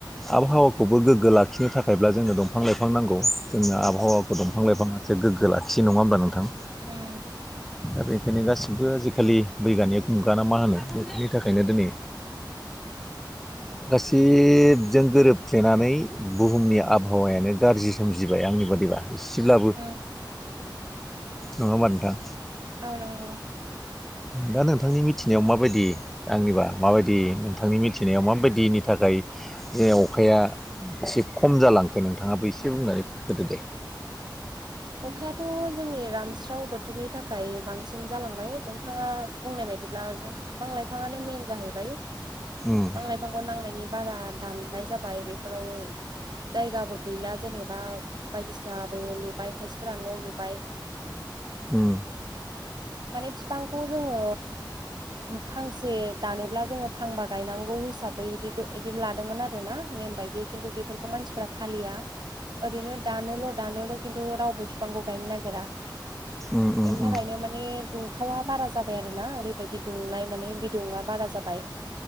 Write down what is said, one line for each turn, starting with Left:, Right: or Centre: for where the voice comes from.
Centre: आबहावाखौबो गोग्गो लाखिनो थाखायब्ला जोंनो दंफां लाइफां नांगौ जोंनो आब आहावाखौ
Right: उम
Centre: दंफां लाइफांङासो गोगो लाखि नङाहोमबा नोंथां
Right: उम
Centre: दा बेनिखायनो गाससिबो आजिखालि बैग्यानिक मुगा ना मा होनो बेफोरनि थाखायनो दिनै गासिजों गोरोबफ्लेनानै बुहुमनि आब आबहावायानो गाज्रि सोमजिबाय आंनि बादिबा इसेब्लाबो
Right: उम
Centre: नङाहोमबा नोंथां
Right: औ नंगौ
Centre: दा नोंथांनि मिथिनायाव माबायदि आंनिबा माबायदि नोंथांनि मिथिनायाव माबायदिनि था खाय जे अखाया एसे खम जालांखो नोंथाङाबो एसे बुंनानै होदो दे <inaudible>
Right: अखायाथ' जोंनि रानस्राव बोथोरनि थाखाय बांसिन जालांबाय नोंथाङा बुंनाय बायदिब्ला जों बिफां लाइफाङानो नो मेन जाहैबाय
Centre: उम
Right: फिफां लाइफांखौ नांनायनि बारा दामनाय जाबाय बेफोराव जायगाबो गैला जेनेबा बायदिसिनाबो लुबाय खायसेफोरा न' लुबाय
Centre: उम
Right: माने फिफांखौ जोंङो उम फांसे दानोब्ला जोङो फांबा गायनांगौ हिसाबै बिदि बिदि लादोंमोन आरो ना नेम बायदि खिन्थु बेफोरखौ मानसिफ्रा फालिया ओरैनो दानोल' दानोल 'खिथु थ' रावबो बिफांखौ गायनो नागिरा
Centre: उम उम
Right: बेनि
Centre: उम
Right: थाखायनो माने दुंखावा बारा जाबाय आरो ना ओरैबायदि दुंनाय माने बिदुङा बारा जाबाय